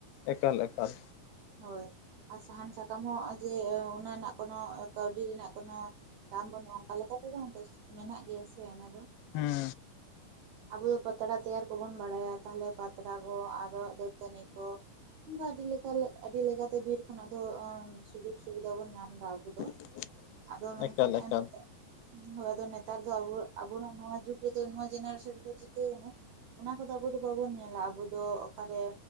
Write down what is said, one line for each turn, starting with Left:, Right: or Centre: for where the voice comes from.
Left: ᱮᱠᱟᱞᱼᱮᱠᱟᱞ᱾
Right: ᱦᱳᱭ ᱟᱨ ᱥᱟᱦᱟᱱ ᱥᱟᱠᱟᱢ ᱦᱚᱸ ᱡᱮ ᱚᱱᱟ ᱨᱮᱱᱟᱜ ᱠᱳᱱᱚ ᱠᱟᱹᱣᱰᱤ ᱨᱮᱱᱟᱜᱼᱼ ᱠᱳᱚᱱᱚ ᱫᱟᱢ ᱵᱟᱹᱱᱩᱜᱼᱟ ᱚᱱᱠᱟ ᱞᱮᱠᱟ ᱞᱮᱠᱟᱛᱮᱫᱚ ᱢᱮᱱᱟᱜ ᱜᱮᱭᱟ ᱥᱮ ᱚᱱᱟ ᱫᱚᱼᱼ
Left: ᱦᱩᱸ᱾
Right: ᱟᱵᱚ ᱫᱚ ᱯᱟᱛᱲᱟ ᱛᱮᱭᱟᱨ ᱠᱚᱼᱼ ᱵᱚᱱ ᱵᱟᱲᱟᱭᱟ ᱛᱟᱦᱚᱞᱮ ᱯᱟᱛᱨᱟ ᱠᱚ ᱟᱨᱚ ᱫᱟᱹᱛᱟᱹᱱᱤ ᱠᱚᱼᱼ ᱚᱱᱠᱟ ᱟᱹᱰᱤ ᱞᱮᱠᱟ ᱟᱹᱰᱤ ᱞᱮᱠᱟᱛᱮ ᱵᱤᱨ ᱠᱷᱚᱱᱟᱜ ᱫᱚ ᱥᱩᱡᱳᱜᱽ ᱥᱩᱵᱤᱫᱟ ᱵᱚᱱ ᱧᱟᱢ ᱮᱫᱟ ᱟᱵᱚ ᱫᱚᱼᱼ
Left: <inaudible>
Right: ᱟᱫᱚ ᱢᱮᱱᱠᱷᱟᱱ
Left: ᱮᱠᱟᱞ ᱮᱠᱟᱞ
Right: ᱮᱢ ᱠᱟᱛᱮᱜᱼᱼ ᱦᱳᱭ ᱟᱫᱚ ᱱᱮᱛᱟᱨ ᱫᱚ ᱟᱵᱩ ᱟᱵᱚᱱᱟᱜ ᱱᱚᱣᱟ ᱡᱩᱜᱽ ᱨᱮᱫᱚ ᱱᱚᱣᱟ ᱡᱮᱱᱟᱨᱮᱥᱚᱱ ᱨᱮᱫᱚ ᱪᱤᱠᱟ ᱠᱟᱱᱟᱼᱼ ᱚᱱᱟ ᱠᱚᱫᱚ ᱟᱵᱚ ᱫᱚ ᱵᱟᱵᱩᱱ ᱧᱮᱞᱟ ᱟᱵᱩ ᱫᱚ ᱚᱠᱟᱨᱮᱼᱼ